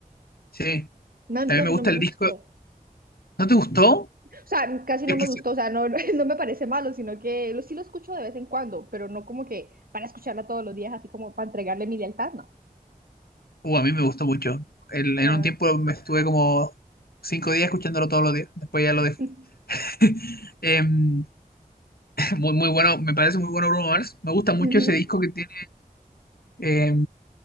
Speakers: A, on the left (about 85°); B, on the right (about 75°).
A: Sí,
B: No, a mí
A: también
B: casi
A: me gusta
B: no me
A: el
B: gustó.
A: disco.
B: O
A: ¿No te gustó?
B: sea, casi
A: Es
B: no me
A: que
B: gustó,
A: sí.
B: o sea, no, <laughs> no me parece malo, sino que lo, sí lo escucho de vez en cuando, pero no como que para escucharla todos los días, así como para entregarle mi lealtad, no.
A: Uh, a mí me gustó mucho. El- en
B: Ah.
A: un tiempo me estuve como cinco días escuchándolo todos los días, después ya lo dejé.
B: <laughs>
A: <laughs> Em, Muy, muy bueno, me parece muy bueno Bruno Mars. Me gusta mucho
B: Ujú.
A: ese disco que tiene. eh,